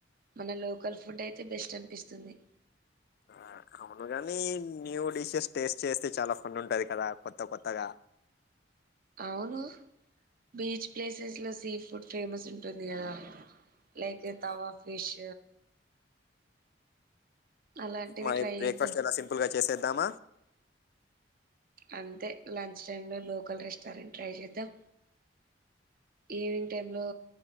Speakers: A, on the right; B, on the left.
A: మన లోకల్ ఫుడ్ అయితే బెస్ట్ అనిపిస్తుంది.
B: ఆ అవును కాని న్యూ డిషెస్ టేస్ట్ చేస్తే చాలా ఫన్ ఉంటది కదా కొత్త కొత్తగా
A: అవును బీచ్ ప్లేసెస్ లో సీ ఫుడ్ ఫేమస్ ఉంటుంది కదా లైక్ తవా
B: ఆ,
A: ఫిష్ అలాంటివి
B: మరి
A: ట్రై
B: బ్రేక్ఫాస్ట్
A: చేద్దాం
B: ఎలా సింపుల్ గా చేసేది దమ
A: అంతే లంచ్ టైంలో లోకల్ రెస్టారెంట్ ట్రై చేద్దాం. ఈవినింగ్ టైంలో